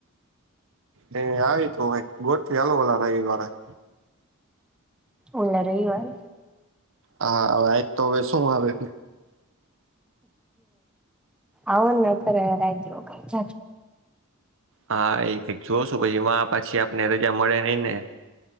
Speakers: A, on the right; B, in the centre.
A: હ આવી તું ગોઠવી હાલ વાલા રવિવારે
B: ઓ રહીવાર.
A: હા હવે આજ તો હવે શું આવે.
B: આવન કરરારો ચ
A: હા એ ક જોશું પછી પછી આપને રજા મળે નઈ ને